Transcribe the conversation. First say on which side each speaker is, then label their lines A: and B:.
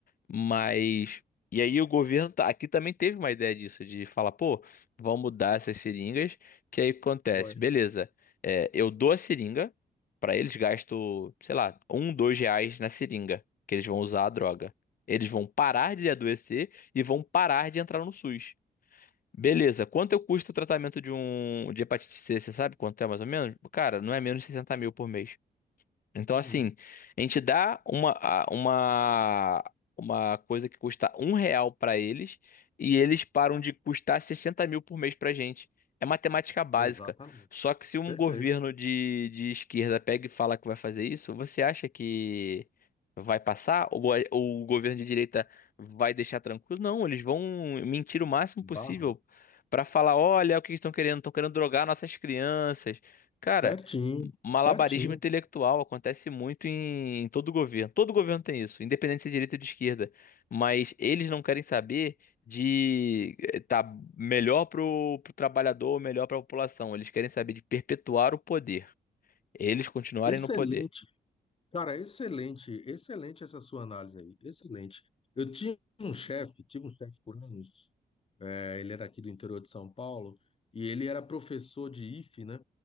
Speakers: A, on the left; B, on the left.
A: Mas. E aí o governo tá- aqui também teve uma ideia disso, de falar, pô, vamos mudar essas seringas, que aí o que acontece,
B: foi.
A: beleza, é, eu dou a seringa, Pra eles gasto, sei lá, um, dois reais na seringa que eles vão usar a droga. Eles vão parar de adoecer e vão parar de entrar no SUS. Beleza, quanto eu custa o tratamento de um de hepatite C? Você sabe quanto é mais ou menos? Cara, não é menos de 60 mil por mês. Então,
B: Uhum.
A: assim, a gente dá uma, a- uma, uma coisa que custa um real pra eles e eles param de custar 60 mil por mês pra gente. É matemática básica.
B: Exatamente.
A: Só que se um
B: Perfeito.
A: governo de, de esquerda pega e fala que vai fazer isso, você acha que vai passar? Ou, a- ou o governo de direita vai deixar tranquilo? Não, eles vão mentir o máximo
B: Barra.
A: possível pra falar: olha o que eles estão querendo, estão querendo drogar nossas crianças. Cara.
B: Certinho,
A: Malabarismo
B: certinho.
A: intelectual acontece muito em, em todo governo. Todo governo tem isso, independente se é direita ou de esquerda. Mas eles não querem saber de estar tá melhor pro, pro trabalhador ou melhor para a população. Eles querem saber de perpetuar o poder. Eles continuarem
B: Excelente.
A: no poder.
B: Cara, excelente, excelente essa sua análise aí. Excelente. Eu tinha um chefe, tive um chefe por anos. É, ele era aqui do interior de São Paulo e ele era professor de IFE, né?